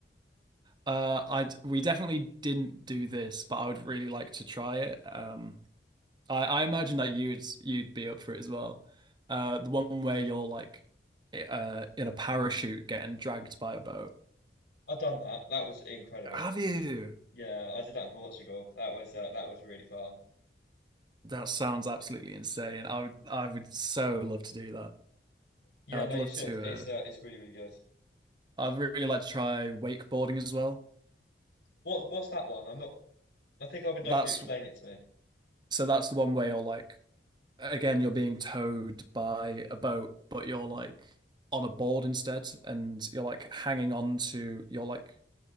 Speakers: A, on the right; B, on the left.
A: Uh I we definitely didn't do this, but I would really like to try it. Um I I imagine that you'd you'd be up for it as well. Uh the one where you're like i- uh in a parachute getting dragged by a boat.
B: I've done that. That was incredible.
A: Have you?
B: Yeah, I did that in Portugal. That was uh, that was really fun.
A: That sounds absolutely insane. I would I would so love to do that.
B: Yeah,
A: I'd
B: no, you
A: love
B: should.
A: to
B: It's
A: uh
B: uh, it's really really good.
A: I'd really like to try wakeboarding as well.
B: What what's that one? I'm not. I think I would know
A: That's
B: if you explain it to me.
A: So that's the one where you're like, again, you're being towed by a boat, but you're like on a board instead, and you're like hanging on to, you're like,